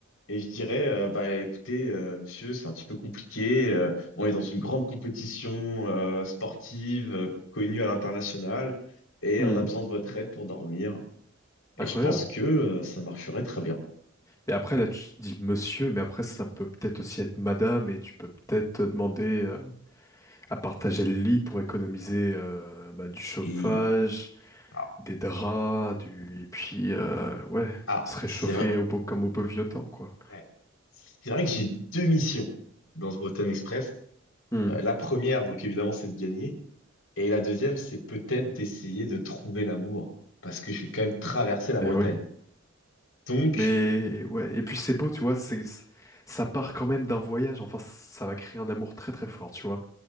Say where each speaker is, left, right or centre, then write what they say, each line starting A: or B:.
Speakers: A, on the left; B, on the left.
A: Et je dirais, euh, bah écoutez, euh, monsieur, c'est un petit peu compliqué. euh, on est dans une grande compétition euh, sportive euh, connue à l'international et
B: Mhm.
A: on a besoin de votre aide pour dormir. Et
B: Incroyable.
A: je pense que euh, ça marcherait très bien.
B: Mais après, là, tu dis monsieur, mais après, ça peut peut-être aussi être madame, et tu peux peut-être te demander euh, à partager le lit pour économiser euh, bah, du chauffage,
A: Et alors,
B: des draps, du... et puis, euh, ouais,
A: ah,
B: se réchauffer
A: c'est
B: au beau... comme au beau vieux temps, quoi.
A: Ouais. C'est vrai que j'ai deux missions dans ce Bretagne Express.
B: Mhm.
A: Euh, la première, donc évidemment, c'est de gagner. Et la deuxième, c'est peut-être d'essayer de trouver l'amour. Parce que je vais quand même traverser la Bretagne.
B: Mais oui.
A: Donc,
B: Mais ouais, et puis c'est beau, tu vois, c'est c'est- ça part quand même d'un voyage, enfin ça va créer un amour très très fort, tu vois.